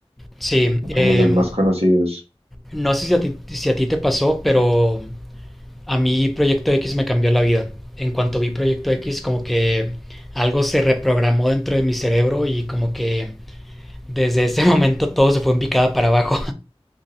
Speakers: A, in the centre; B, on the right.
A: Sí, em,
B: como los más conocidos.
A: no sé si a ti, si a ti te pasó, pero a mí Proyecto X me cambió la vida. En cuanto vi Proyecto X, como que algo se reprogramó dentro de mi cerebro y como que desde ese <laughs> momento todo se fue en picada para abajo.